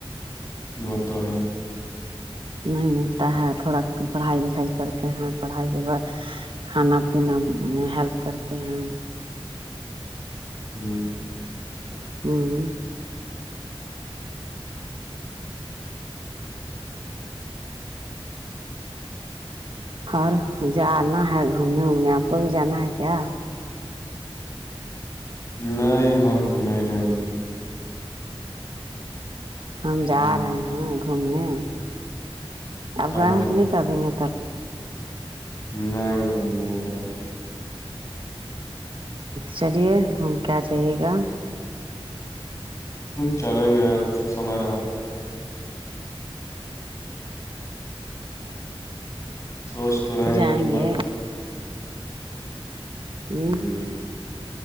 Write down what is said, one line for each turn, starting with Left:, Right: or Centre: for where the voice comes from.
Left: وہ تو ہے
Right: نہیں ملتا ہے تھوڑا پڑھائی کرتے ہیں پڑھائی کے بعد کھانا پینا میں ہیلپ کرتے ہیں
Left: ہاں
Right: ہاں گھر جانا ہے میں اپ کو بھی جانا ہے کیا
Left: نہیں ہم تو نہیں جائیں گے
Right: ہم جا
Left: ہ
Right: رہے ہیں گھومنے افغانستان
Left: کہاں نہیں ہم نہیں جان
Right: چلیے ہم کیا چاہیے گا
Left: چلیں گے سمیر سوچ تو رہے
Right: جائیں
Left: ہیں کہ
Right: گے ہاں
Left: ہ